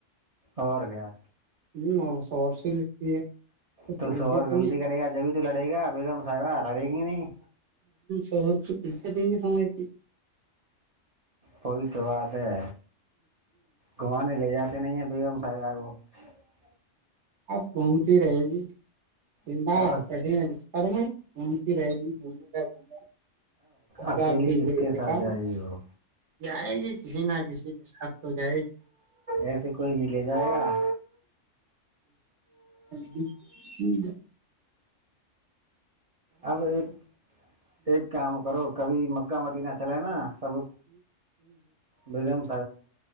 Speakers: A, on the right; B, on the right.
A: اور کیا
B: ہ اور شہر سے لگتی ہےت
A: تو شوہر غلطی کرے گا جبھی تو لڑے گا بیگم صاحبہ لڑے گی نہیں
B: شوہر کیت <unintelligible> سمے ت <unintelligible>
A: وہئی تو بات ہے گھمانے لے جاتے نہیں ہیں بیگم سائے آگو <unintelligible>
B: اب گھومتی رہے گی <unintelligible>
A: کو
B: جا پڑ کررم <unintelligible> گومتی رہے گی گومنے گ گنے <unintelligible> ا
A: اکیلی
B: آپ بھی
A: کس
B: دیک
A: کے
B: دیتا
A: ساتھ جائے گی وہ
B: جائے گی کسی نہ کسی کے ساتھ تو جائے
A: ایسے کوئی نہیں لے جائے گا
B: گی ہ
A: اب ایک ایک کام کرو کبھی مکہ مدینہ چلے نا سق بیم